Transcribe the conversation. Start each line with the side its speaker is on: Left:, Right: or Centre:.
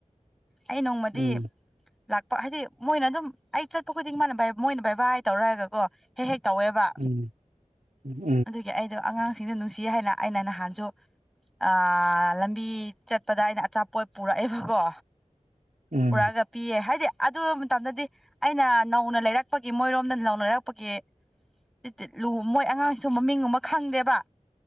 Centre: ꯑꯩ ꯅꯣꯡꯃꯗꯤ
Right: ꯎꯝ ꯎꯝ
Centre: ꯂꯥꯛꯄ ꯍꯥꯏꯗꯤ ꯃꯣꯏꯅ ꯑꯗꯨꯝ ꯑꯩ ꯆꯠꯄ ꯈꯨꯗꯤꯡ ꯃꯥꯅ ꯚꯩ ꯃꯣꯏꯅ ꯚꯩꯕꯥꯏ ꯇꯧꯔꯣꯏ ꯍꯥꯏꯔꯒꯀꯣ ꯍꯦꯛ ꯍꯦꯛ ꯇꯧꯋꯦꯕ
Right: ꯎꯝ ꯎꯝ ꯎꯝ
Centre: ꯑꯗꯨꯒꯤ ꯑꯩꯗꯣ ꯑꯉꯥꯡꯁꯤꯡꯗꯣ ꯅꯨꯡꯁꯤꯌꯦ ꯍꯥꯏꯅ ꯑꯩꯅ ꯅꯍꯥꯟꯁꯨ ꯑꯥ ꯂꯝꯕꯤ ꯆꯠꯄꯗ ꯑꯩꯅ ꯑꯆꯥꯄꯣꯠ ꯄꯨꯔꯛꯑꯦꯕꯀꯣ
Right: ꯎꯝ
Centre: ꯄꯨꯔꯛꯑꯒ ꯄꯤꯌꯦ ꯍꯥꯏꯗꯤ ꯑꯗꯨ ꯃꯇꯝꯗꯗꯤ ꯑꯩꯅ ꯅꯧꯅ ꯂꯩꯔꯛꯄꯒꯤ ꯃꯣꯏꯔꯣꯝꯗ ꯅꯧꯅ ꯂꯩꯔꯛꯄꯒꯤ ꯇꯤꯇꯤꯠ ꯂꯨ ꯃꯣꯏ ꯑꯉꯥꯡꯁꯨ ꯃꯃꯤꯡꯒꯨꯝꯕ ꯈꯪꯗꯦꯕ